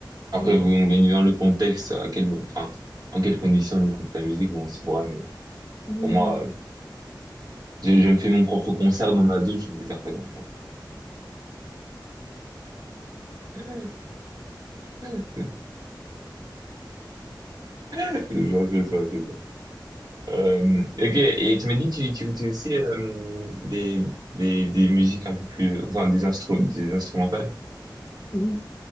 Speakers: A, on the right; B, on the left.
A: après,
B: Mm.
A: bon, bien évidemment, le contexte, à quel, enfin, en quelles conditions on écoute la musique, bon, c'est vrai, mais
B: Oui,
A: pour moi, Je je me fais mon propre concert dans ma douche, on peut dire ça comme ça. <laughs> C'est ça, c'est ça, c'est ça. c'est ça. Euh, ok, et tu m'as dit, tu, tu écoutais aussi euh, des, des, des musiques un peu plus, enfin des, instru des instrumentales.
B: oui, oui.